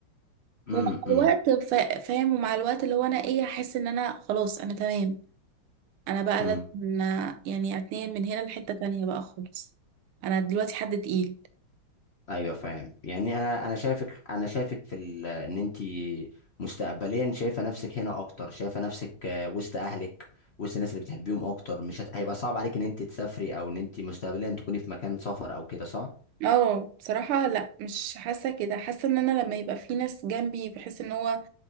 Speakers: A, on the left (about 45°); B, on the right (about 80°).
A: امم
B: ومع
A: امم
B: الوقت فا- فاهم ومع الوقت اللي هو انا ايه احس ان انا خلاص انا تمام انا بقى
A: امم
B: لازم يعني اتنقل من هنا لحتة تانية بقى خالص انا دلوقتي حد تقيل
A: ايوه فاهم يعني انا انا شايفك انا شايفك في ال... ان انت مستقبليا شايفه نفسك هنا اكتر شايفه نفسك آه، وسط اهلك وسط الناس اللي بتحبيهم اكتر مش هت... هيبقى صعب عليك ان انت تسافري او ان انت مستقبليا تكوني في مكان سفر او كده صح
B: اه بصراحة لا مش حاسة كده حاسة ان انا لما يبقى في ناس جنبي بحس ان هو